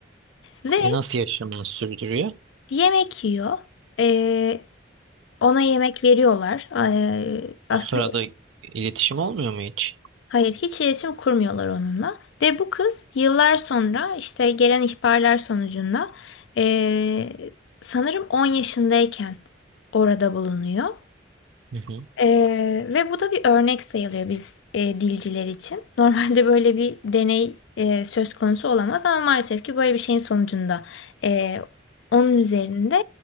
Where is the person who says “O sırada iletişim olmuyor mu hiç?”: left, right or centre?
Right